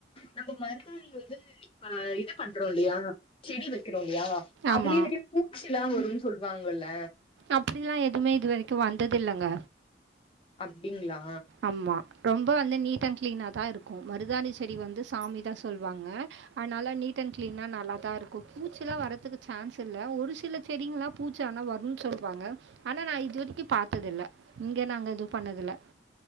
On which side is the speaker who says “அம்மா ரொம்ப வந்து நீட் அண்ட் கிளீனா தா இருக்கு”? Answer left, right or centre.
Right